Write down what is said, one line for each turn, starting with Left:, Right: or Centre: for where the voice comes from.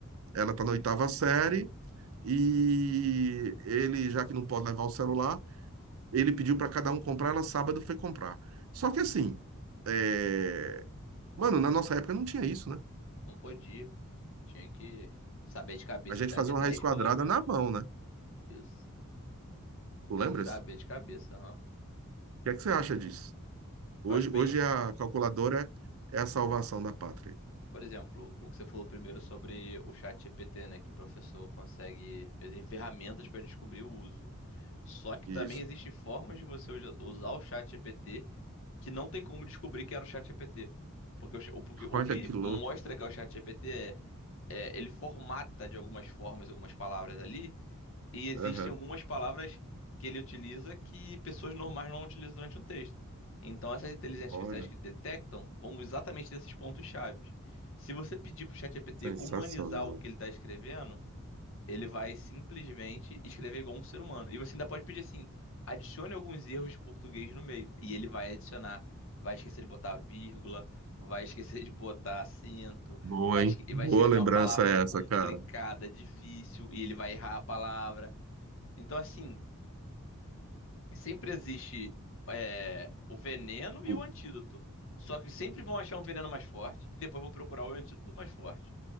Right: Ela tá na oitava série e ele, já que não pode levar o celular, ele pediu para cada um comprar, ela sábado foi comprar. Só que assim, é, mano, na nossa época não tinha isso, né?
Left: Não podia. Tinha que saber de cabeça
Right: A gente
Left: até
Right: fazia
Left: a de 10
Right: uma raiz quadrada
Left: pelo menos.
Right: na mão, né?
Left: Isso.
Right: Tu
Left: Tinha
Right: lembras?
Left: que saber de
Right: O
Left: cabeça, aham.
Right: que é que você acha disso? Hoje,
Left: Eu acho bem,
Right: hoje
Left: <laughs>
Right: a calculadora é é a salvação da pátria.
Left: por exemplo, o que você falou primeiro sobre o chat GPT, né? Que o professor consegue. Existem ferramentas para descobrir o uso. Só que
Right: Isso.
Left: também existem formas de você usa- usar o chat GPT que não tem como descobrir que era o chat GPT. Porque o, cha- o- porque
Right: <laughs>
Left: o
Right: Olha
Left: que
Right: que louco.
Left: mostra que é o chat GPT é, é ele formata de algumas formas, algumas palavras ali, E existem
Right: Aham.
Left: algumas palavras que ele utiliza que pessoas normais não utilizam durante um texto. Então, essas inteligências
Right: Olha,
Left: artificiais que detectam vão exatamente desses pontos chaves. Se você pedir para o ChatGPT
Right: sensacional.
Left: humanizar o que ele está escrevendo, ele vai simplesmente escrever igual um ser humano. E você ainda pode pedir assim: adicione alguns erros de português no meio. E ele vai adicionar. Vai esquecer de botar vírgula, vai esquecer de botar acento,
Right: Boa,
Left: vai,
Right: hein?
Left: esque-
Right: Boa
Left: vai escrever
Right: lembrança
Left: uma palavra
Right: é
Left: complicada,
Right: essa, cara.
Left: difícil, e ele vai errar a palavra. Então, assim, sempre existe é, o veneno
Right: Pô,
Left: e o antídoto. Só que sempre vão achar um veneno mais forte e depois vão procurar o antídoto mais forte.